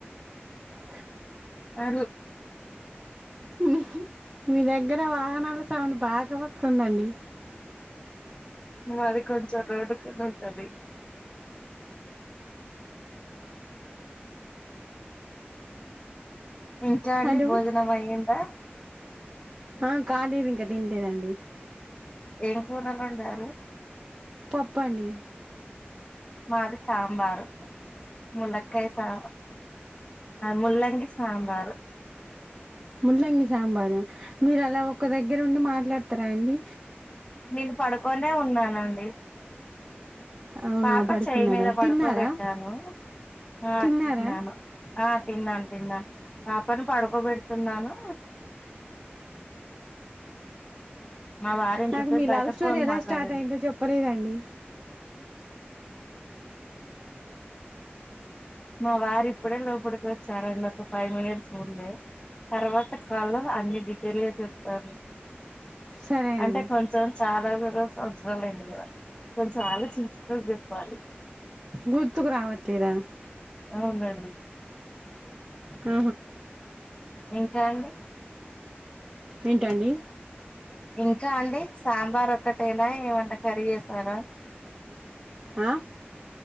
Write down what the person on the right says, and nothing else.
ఆ
మీ మీ దగ్గర వాహనాలు సౌండ్ బాగా వస్త వస్తుందండి
హలో
ఆ కాలేదు ఇంకా తినలేదండి
పప్పండి
ముల్ంగి సాబారు మీరు అలా ఒక దగ్గర ఉండి మాట్లాడత త్త్రాండి
అవునా
పడుకున్నారా
తిన్నారా
తిన్నారా
నాకు మీ లవ్
స్టోరీ
ఎలా
స్టార్ట్ అయిందో చెప్పలేదండి
సరే అండి
గుర్తుకు రావట్లేదా
అ
ఏంటండి
ఆ